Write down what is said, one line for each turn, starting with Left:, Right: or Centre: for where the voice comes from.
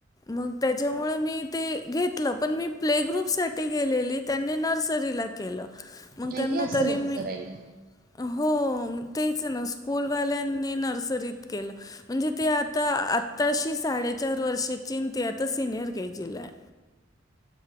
Left: मग त्याच्यामुळे मी ते घेतलं पण मी प्ले ग्रुप साठी गेलेली त्यांनी नर्सरीला केलं मग
Right: नाही
Left: त्यांना
Right: असं
Left: तरी
Right: नको
Left: मी
Right: करायला.
Left: हो तेच ना स्कूलवाल्यांनी नर्सरीत केलं म्हणजे ते आता आ तशी साडेचार वर्षेची आता सिनियर केजीला आहे.